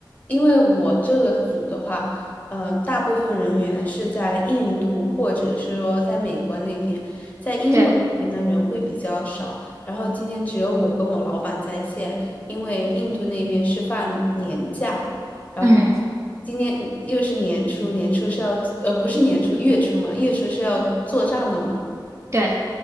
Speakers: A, on the left; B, on the right.
A: 因为我这个组的话，呃，大部分人员是在印度或者是说在美国那边，在英国那边的人会比较少。
B: 对，
A: 然后今天只有我跟我老板在线，因为印度那边是放年假，然后
B: 嗯，
A: 今天又是年初，年初是要，呃，不是年初，月初嘛，月初是要做账的嘛。
B: 对，